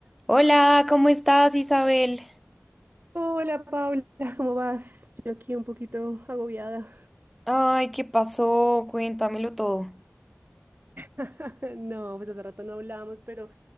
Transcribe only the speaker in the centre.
Hola, ¿cómo estás, Isabel?
Ay, ¿qué pasó? Cuéntamelo todo.